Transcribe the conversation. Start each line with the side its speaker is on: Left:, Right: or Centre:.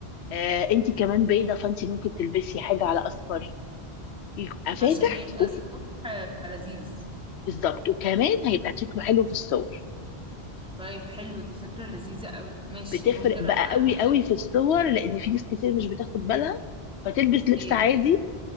Left: آه انت كمان بيضه فانت ممكن تلبسي حاجه على اصفر يبقى فاتح
Centre: عشان يبقى
Left: وف-
Centre: الصبح فلذيذ
Left: بالظبط وكمان هيبقى شكله حلو في الصور
Centre: طيب حلو دي فكره لذيذه قوي ماشي
Left: بتفرق
Centre: ممكن
Left: بقى
Centre: ابقى
Left: قوي
Centre: انزل
Left: قوي في الصور لان في ناس كتير مش بتاخد بالها فتلبس لبس
Centre: ايه
Left: عادي